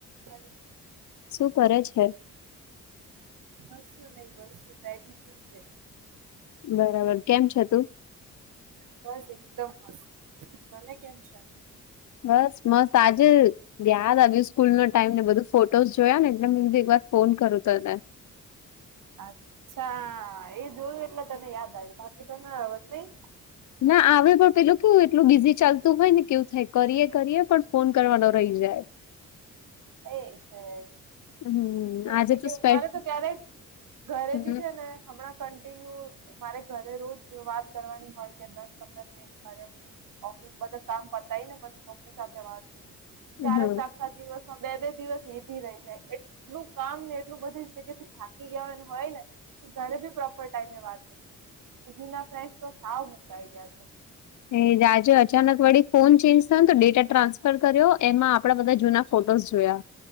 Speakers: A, on the right (about 65°); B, on the left (about 55°).
A: Hello
B: શું કરે છે
A: હસું નહીિ બસ શું બેઠ ટૂ કે
B: બરાબર કેમ છે તું
A: બસ એકદમ મસ્ત તને કેમ છે
B: બસ મસ્ત આજે યાદ આવ્યું સ્કૂલ નો ટાઈમ ને બધું ફોટોસ જોયા ને એટલે મે એક વાર ફોન કરું ત તને
A: અચ્છા એ જોયું એટલે તને યાદ આવ્યું બાકી તો ત નઈ
B: ના આવે પણ પેલું એટલું બીઝી ચાલતું હોય ને કેવું થાય કરીએ કરીએ પણ ફોન કરવાનો રહી જાય
A: એ છે
B: હમ્મ
A: કેમ
B: આજે
A: કે
B: તો
A: કે
B: સ્પેશ
A: મારે તો ક્યારે ઘરે
B: હમ્મ
A: બી છે ને હમણાં કન્ટિન્યુ મારે ઘરે રોજ વાત કરવાની હોય કે દસ પંદર મિનિટ કરરે હું ઓફિસ બધ કામ પતાય ને બછ મમ્મી સાથે વાત કર ક્યારેક
B: હા
A: આખા દિવસ બે દિવસ એ ભી રહી જાય એટલું કામ ને એટલું બધી જગ્યા થી થાકી ગયા હોય હોય ને ઘરે બી પ્રોપર ટાઈમે વાત ન જુના ફ્રેન્ડ તો સાવ મુકાઈ ગયા છે
B: એ રાજજો અચાનક વળી ફોન ચેન્જ થયોને તો ડેટા ટ્રાન્સફર કર્યો એમાં આપડા બધા જૂના ફોટોસ જોયા